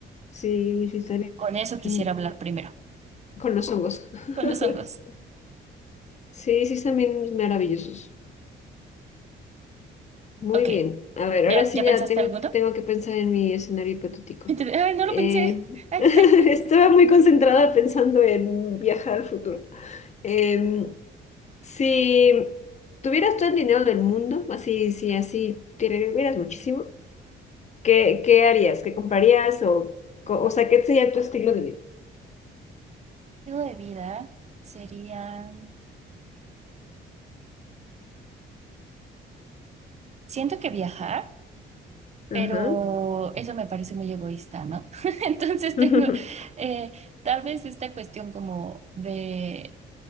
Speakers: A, on the left (about 35°); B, on the right (about 35°).
A: Sí, sí, están
B: Con eso quisiera
A: bien
B: hablar primero,
A: con los hongos. <laughs>
B: con los hongos.
A: Sí, sí, están bien maravillosos. Muy
B: Ok,
A: bien. A ver,
B: ¿ya,
A: ahora sí
B: ya
A: ya
B: pensaste
A: tengo,
B: alguno?
A: tengo que pensar en mi escenario hipotético.
B: Entonces, ay, no
A: Eh,
B: lo pensé. Ay,
A: <laughs>
B: ay, ay.
A: estaba muy concentrada pensando en viajar al futuro. Em, si tuvieras todo el dinero del mundo, así, si así tuvieras muchísimo, ¿qué, qué harías? ¿Qué comprarías? O, co- o sea, ¿qué sería tu estilo de vida?
B: Estilo de vida sería, siento que viajar, pero
A: Ajá.
B: eso me parece muy egoísta, ¿no? <laughs> Entonces
A: <laughs>
B: tengo eh, tal vez esta cuestión como de